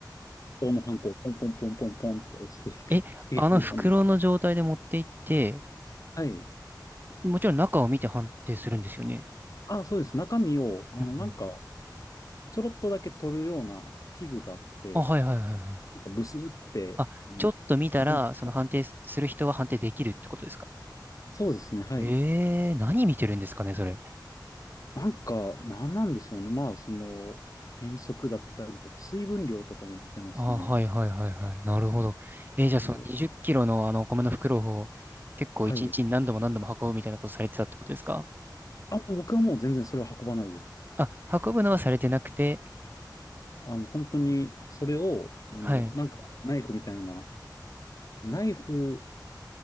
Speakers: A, on the left; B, on the right.
A: 等のハンコをポンポンポンポンポンと押していくっていうような。
B: い。<laughs> え、あの袋の状態で持って行って、
A: はい。
B: もちろん中を見て判定するんですよね。
A: あ、そうです。中身を、あの、
B: うんうん。
A: なんか、ちょろっとだけ取るような器具があって、
B: あ、はいはいはいはい。
A: なんかブスって、
B: あ、
A: あの、
B: ちょっと見たら、
A: <laughs>
B: その判定すする人は判定できるってことですか
A: そうですね、はい。
B: えー、何見てるんですかね、それ。
A: なんか、なんなんでしょうね。まあ、その、変色だったりとか、水分量とかも見てますね。
B: あ、はいはいはいはい。なるほど。えーじゃあその20キロのあのお米の袋を結構一日にちに何度も何度も運ぶみたいなことされてたってことですか
A: ねはい。あ、もう僕はもう全然それは運ばないです。
B: あ、運ぶのはされてなくて、
A: あの、本当に、それを、あの、
B: はい。
A: なんか、ナイフみたいな、ナイフ